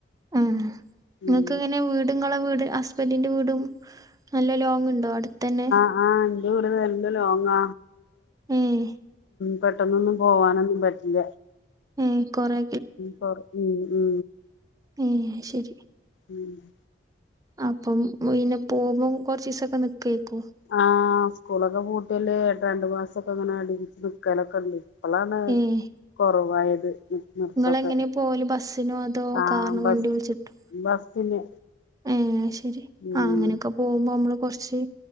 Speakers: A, on the right; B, on the left.
A: ഉം നിങ്ങക്ക്
B: ഉം
A: എങ്ങനെയാവും വീട് ങ്ങളെ വീട് ഹസ്ബൻഡിന്റെ വീടും നല്ല ലോങ് ഉണ്ടോ അടുത്തന്നെ
B: ആ എന്റെ വീട് നല്ല ലോങ്ങാ
A: ഏഹ്
B: പെട്ടെന്നൊന്നും പോവാനൊന്നും പറ്റില്ല
A: ഏഹ് കൊറെ
B: കൊറ മ്മ് മ്മ്
A: ഏ ശ്ശേരി
B: മ്മ്
A: അപ്പം പിന്നെ പോകുമ്പോം കൊറച്ചീസൊക്കെ നിക്കുവായിരിക്കും
B: ആ സ്കൂളൊക്കെ പൂട്ടിയാലെ രണ്ട് മാസൊക്കെ അങ്ങനെ അടിപ്പിച്ചു നിൽക്കലൊക്കെണ്ട് ഇപ്പളാണ്
A: ഏഹ്
B: കൊറവായത് നിർത്തൊക്കെ
A: നിങ്ങളെങ്ങനെ പോവല് ബസ്സിനോ അതോ
B: ആഹ്
A: കാറ്
B: ബസ്
A: വണ്ടി വിളിച്ചിട്ടൊ
B: ബസ്സിന്
A: ഏ ശ്ശെരി
B: ഉം
A: ആ അങ്ങനെയൊക്കെ പോകുമ്പോ നമ്മള് കൊറച്ച്